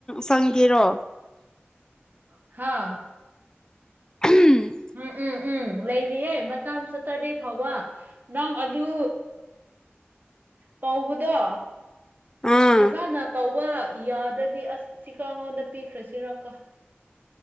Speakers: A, on the left; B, on the right.
A: ꯁꯪꯒꯦꯔꯣ
B: ꯍꯥꯥ
A: ꯎꯝ
B: ꯎꯝ ꯎꯝ ꯎꯝ ꯂꯩꯔꯤꯌꯦ ꯃꯇꯝ ꯁꯥꯇ꯭ꯔꯗꯦ ꯐꯥꯎꯕ ꯅꯪ ꯑꯗꯨ ꯇꯧꯕꯗꯣ
A: ꯎꯝ
B: ꯐꯖꯅ ꯇꯧꯕ ꯌꯥꯗ꯭ꯔꯗꯤ ꯑꯁ ꯁꯤꯀꯉꯣꯟꯗ ꯄꯤꯈ꯭ꯔꯁꯤꯔꯒꯣ